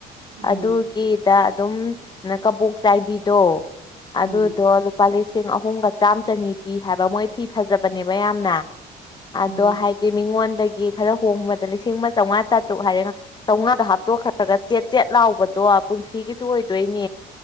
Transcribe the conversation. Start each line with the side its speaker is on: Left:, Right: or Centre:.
Right: ꯎꯝ
Left: ꯑꯗꯨꯗꯒꯦꯗ ꯑꯗꯨꯝ ꯀꯕꯣꯛ ꯆꯥꯏꯕꯤꯗꯣ ꯑꯗꯨꯗꯣ
Right: ꯎꯝ
Left: ꯂꯨꯄꯥ ꯂꯤꯁꯤꯡ ꯑꯍꯨꯝꯒ ꯆꯥꯝ ꯆꯅꯤ ꯄꯤ ꯍꯥꯏꯕ ꯃꯣꯏ ꯐꯤ ꯐꯖꯕꯅꯦꯕ ꯌꯥꯝꯅ
Right: ꯎꯝ
Left: ꯑꯗꯣ ꯍꯥꯏꯗꯤ ꯃꯤꯉꯣꯟꯗꯒꯤ ꯈꯔ ꯍꯣꯡꯕꯗ ꯂꯤꯁꯤꯡ ꯑꯃ ꯆꯥꯝꯃꯉꯥ ꯆꯥꯇ꯭ꯔꯨꯛ ꯍꯥꯏꯔꯦꯒ ꯆꯧꯅꯥꯗꯣ ꯍꯥꯞꯇꯣꯛꯈ꯭ꯔꯒ ꯆꯦꯠ ꯆꯦꯠ ꯂꯥꯎꯕꯗꯣ ꯄꯨꯟꯁꯤꯒꯤꯁꯨ ꯑꯣꯏꯗꯣꯏꯅꯤ